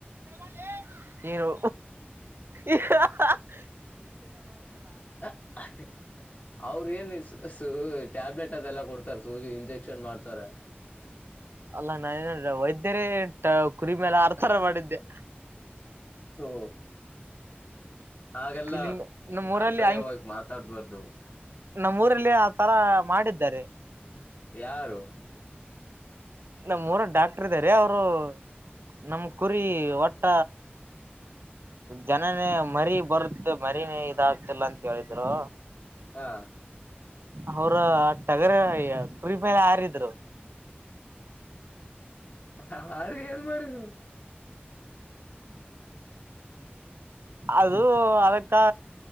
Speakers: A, on the right; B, on the left.
A: <inaudible> ಏನು ಇ <unintelligible>
B: <inaudible> ಅವ್ರ ಏನ್ ಸಟ್ ಟ್ಯಾಬ್ಲೆಟ್ ಅದೆಲ್ಲ ಕೊಡ್ತಾರೆ ಸೂಸಿ ಇಂಜೆಕ್ಷನ್ ಮಾಡ್ತಾರೆ
A: ಅಲ್ಲ ನಾನ ನ ವೈದ್ಯರೇ ಕುರಿಮೇಲೆ ಆರ್ತರ ಮಾಡಿದ್ದೆ
B: ಹಓ ಹಾಗೆಲ್ಲ
A: ಇಲ್ಲಿ ನಮ್ಮೂರಲ್ಲಿ
B: ಅಸಹ್ಯವಾಗಿ ಮಾತಾಡ್ಬಾರ್ದು
A: ನಮ್ಮ ಊರಲ್ಲಿ ಆತರ ಮಾಡಿದ್ದಾರೆ
B: ಯಾರು
A: ನಮ್ಮ್ರ ಡಾಕ್ಟರ್ ಇದ್ದಾರೆ ಅವರು ನಮ್ ಕುರಿ ಒಟ್ಟ ಜನನೇ ಮರಿ ಬರುತ್ತ ಮರಿನೇ ಇದಾಗತಿಲ್ಲ ಅಂತ ಹೇಳಿದ್ರು
B: ಹಾ
A: ಅವರು ಟಗರ ಕುರಿ ಮೇಲೆ ಹಾರಿದ್ರು
B: ಹ <inaudible> ಹಾಗ ಏನ್ ಮಾಡಿದು ಹ್ಮ
A: ಅದು ಅದಕ್ಕೆ